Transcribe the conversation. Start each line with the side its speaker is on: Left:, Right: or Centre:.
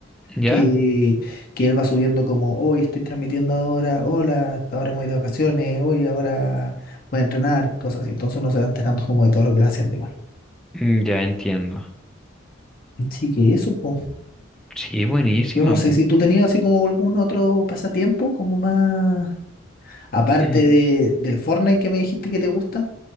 Centre: ¿Ya?
Left: que, que él va subiendo como, hoy estoy transmitiendo ahora, hola, hasta ahora hemos ido de vacaciones, hoy ahora voy a entrenar, cosas así. Entonces uno se va enterando como de todo lo que va haciendo igual.
Centre: Mm, Ya entiendo.
Left: Así que eso, pues.
Centre: Sí, buenísima,
Left: Yo no sé
Centre: pu.
Left: si tú tenías así como algún otro pasatiempo, como más. Aparte
Centre: Mm.
Left: de, del Fortnite que me dijiste que te gusta.